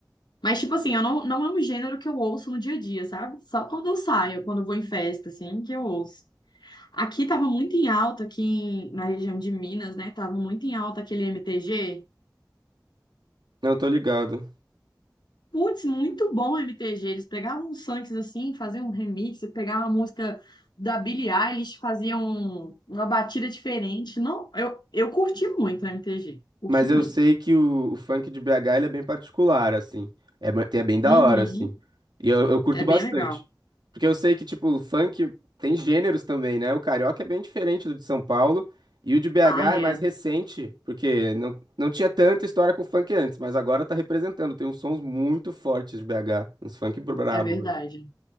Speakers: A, on the left; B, on the right.
A: Mas, tipo assim, eu não, não é um gênero que eu ouço no dia a dia, sabe? Só quando eu saio, quando eu vou em festa, assim, que eu ouço. Aqui tava muito em alta, aqui em- na região de Minas, né? Tava muito em alta aquele MTG.
B: Não, tô ligado.
A: Putz, muito bom o MTG. Eles pegavam uns funks assim, faziam um remix, pegavam a música da Billie Eilish, faziam um- uma batida diferente. Não, eu, eu curti muito o MTG. Curti
B: Mas
A: muito.
B: eu sei que o, o funk de BH ele é bem particular, assim. É, ba- é bem da
A: Uhum,
B: hora, assim. E eu, eu curto
A: é bem
B: bastante.
A: legal.
B: Porque eu sei que, tipo, o funk tem gêneros também, né? O carioca é bem diferente do de São Paulo. E o de BH
A: Ah, é.
B: é mais recente, porque não, não tinha tanta história com funk antes, mas agora tá representando. Tem uns sons muito fortes de BH, uns funk brabo
A: É verdade.
B: mesmo.